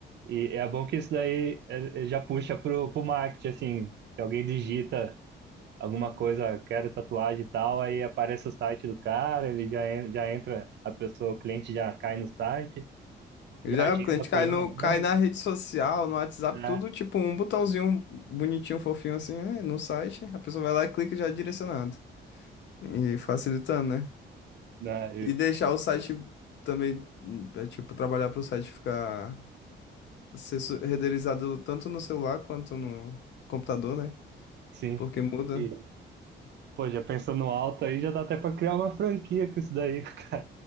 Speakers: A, on the right; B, on the left.
A: E é bom que isso daí é, é, já puxa pro, pro marketing, assim, se alguém digita alguma coisa, quero tatuagem e tal, aí aparece o site do cara, ele já, en- já entra, a pessoa, o cliente já cai no site,
B: Já
A: já agenda
B: o cliente
A: por
B: cai, no,
A: lá
B: cai
A: mesmo,
B: na rede social, no WhatsApp,
A: né?
B: tudo tipo um botãozinho bonitinho, fofinho assim, né, no site. A pessoa vai lá e clica e já é direcionado. E facilitando, né?
A: Né?
B: E deixar o site também, hum, é, tipo, trabalhar para o site ficar ser su- renderizado tanto no celular quanto no computador, né?
A: Sim.
B: Porque muda.
A: E, pô, já pensando alto aí, já dá até pra criar uma franquia com isso daí. <laughs>